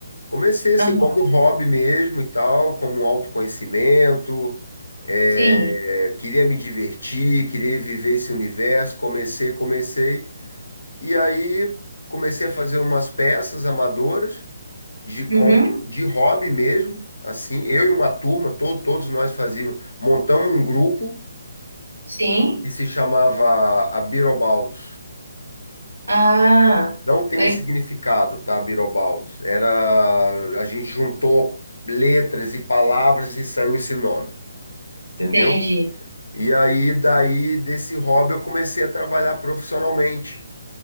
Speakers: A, on the left; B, on the right.
A: Comecei assim,
B: Aham,
A: como um hobby mesmo e tal, como um autoconhecimento. é,
B: Sim.
A: queria me divertir, queria viver esse universo. Comecei, comecei. E aí comecei a fazer umas peças amadoras de,
B: Uhum,
A: com- de hobby mesmo. Assim, eu e uma turma, to- todos nós fazíamos, montamos um grupo
B: sim.
A: que se chamava Abirobaldos.
B: Ah,
A: Não tem
B: le-
A: um significado, tá, Birobaldo? Era, a gente juntou letras e palavras e saiu esse nome, entendeu?
B: entendi.
A: E aí, daí, desse hobby, eu comecei a trabalhar profissionalmente.